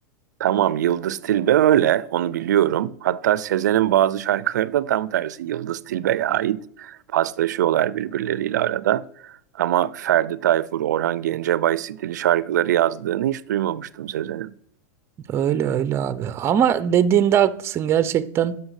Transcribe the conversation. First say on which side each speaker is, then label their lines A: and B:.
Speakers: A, on the right (about 90°); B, on the right (about 25°).
A: Tamam Yıldız Tilbe öyle onu biliyorum. Hatta Sezen'in bazı şarkıları da tam tersi Yıldız Tilbe'ye ait. Paslaşıyorlar birbirleriyle arada. Ama Ferdi Tayfur, Orhan Gencebay stili şarkıları yazdığını hiç duymamıştım Sezen'in.
B: Öyle öyle abi. Ama dediğinde haklısın gerçekten